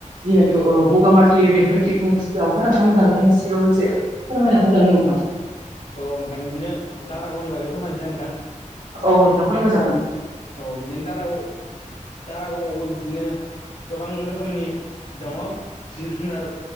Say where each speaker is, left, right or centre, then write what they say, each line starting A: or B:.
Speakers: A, on the right; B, on the left.
A: जिहेथु बगामाथि बेफोर फिकनिकस लावखार ओंखाम जाग्रानि सायाव एसे फोरमायना होजागोन नोंथां
B: औ नोंथां इदिनो दारागावनि बागै फोरमायसै नोंथां
A: औ नोंथां फोरमाय जागोन
B: औ बिदिनो दारागाव दारागावआवबो बिदिनो गोबां रोखोमनि दङ जिब जुनार